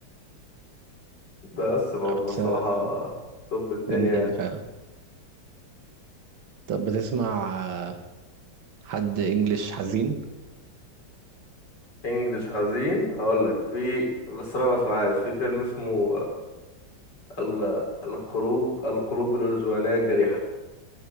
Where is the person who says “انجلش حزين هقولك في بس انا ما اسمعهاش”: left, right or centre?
Left